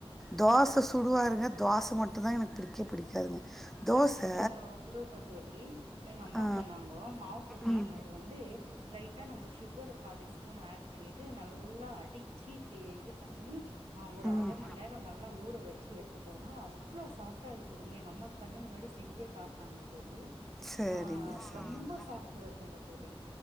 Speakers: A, in the centre; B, on the right.
A: தோச சுடுவாருங்க தோச மட்டு தா எனக்கு பிடிக்கே பிடிக்காதுங்க தோச
B: சப்பாத்திங்கோ குடுங்கோ தோழி எங்க அம்மா
A: ஆ
B: சொன்னாங்கோ மாவு பெசையும்
A: ம்
B: போது வந் து லைட்டா நம்ம சுகர் பாதி ஸ்பூன் ஆட் பண்ணி ட்டு நல்லா அடிச்சு இது இது பண்ணி ஆ ஒரு
A: ம்
B: அர மண் நேரோ நல்லா ஊற வச்சு எடுத்துட்டோனா அவ்ளோ சாஃப்டா இருக்குதுங்க எங்க அம்மா கண்ணு முன்னாடி செஞ்சே காட்னாங்கோ தோழி
A: சரிங்க
B: ஆ
A: சரிங்க
B: ரொம்ப சாஃப்ட்டு வருதுங்க தோழி